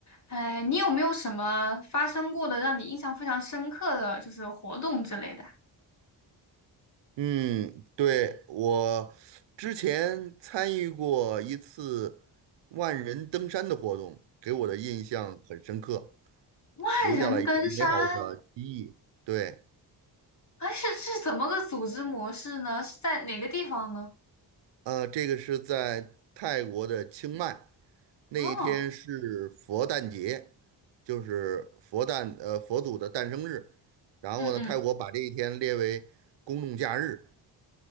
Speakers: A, on the left; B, on the right.
A: 哎，你有没有什么发生过的让你印象非常深刻的，就是活动之类的啊？
B: 嗯，对，我之前参与过一次万人登山的活动，给我的印象很深刻，
A: 万人登山，
B: 留下了一个美好的记忆。对，
A: 哎，是是怎么个组织模式呢？是在哪个地方呢？
B: 呃，这个是在泰国的清迈，那一天是佛诞节，
A: 哦，
B: 就是佛诞，呃，佛祖的诞生日。然后呢，
A: 嗯嗯，
B: 泰国把这一天列为公众假日，